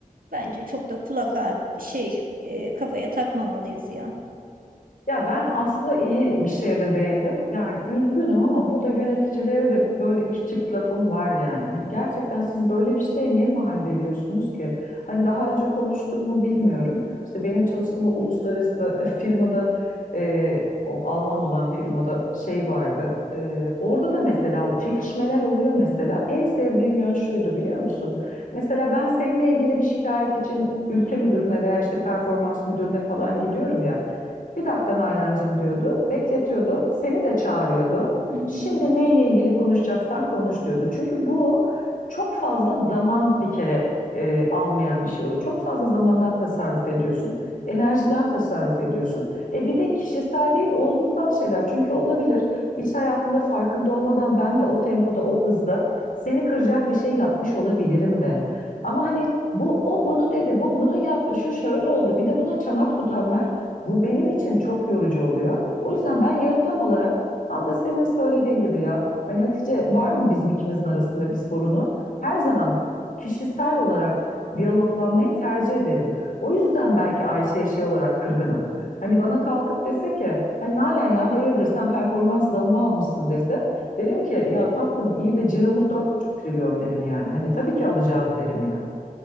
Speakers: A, on the right; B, on the left.
A: bence çok da kulak ağrı şey e, kafaya takmamalıyız ya.
B: Ya ben aslında iyi bir şeye de değindim. Yani üzgünüm ama burada yöneticilere de böyle iki çift lafım var yani. Hani gerçekten siz böyle bir şeye niye mahal veriyorsunuz ki? Hani daha önce konuştum mu bilmiyorum. İşte benim çalıştığım o uluslararası <laughs> firmada e, o Alman olan firmada şey vardı. E, orada da mesela o çekişmeler oluyor mesela. En sevdiğim yön şuydu biliyor musun? Mesela ben seninle ilgili bir şikayet için ülke müdürüne veya işte performans müdürüne falan gidiyorum ya. Bir dakika Nalan'cığım diyordu. Bekletiyordu. Seni de çağırıyordu.
A: Hı
B: Şimdi
A: hı.
B: neyle ilgili konuşacaksan konuş diyordu. Çünkü bu çok fazla zaman bir kere e, almayan bir şey oluyor. Çok fazla zamandan tasarruf ediyorsun. Enerjiden tasarruf ediyorsun. E bir de kişisel değil, olgusal şeyler. Çünkü olabilir. İş hayatında farkında olmadan ben de o tempoda, o hızda seni kıracak bir şey yapmış olabilirim de. Ama hani bu o bunu dedi, bu bunu yaptı, şu şöyle oldu. Bir de buna çanak tutanlar bu benim için çok yorucu oluyor. O yüzden ben yöntem olarak tam da senin söylediğin gibi ya. Hani Hatice var mı bizim ikimizin arasında bir sorunu? Her zaman o kişisel olarak diyaloglanmayı tercih ederim. O yüzden belki Ayşe'ye şey olarak kırgınım. Hani bana kalkıp dese ki hani Nalan ya hayırdır sen performans zammı almışsın dese derim ki ya tatlım iyi de ciromuz dört buçuk trilyon derim yani. Hani tabii ki alacağız derim yani.